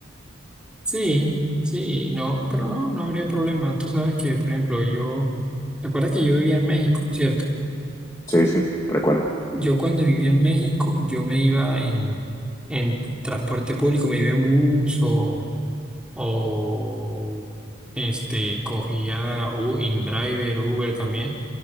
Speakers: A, in the centre; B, on the left.
A: Sí, sí, no, pero no, no habría problema. Tú sabes que, por ejemplo, yo, ¿te acuerdas que yo vivía en México, cierto?
B: Sí, sí, recuerdo.
A: Yo cuando vivía en México, yo me iba en, en transporte público, me iba en bus o o este, cogía U- InDriver, Uber también.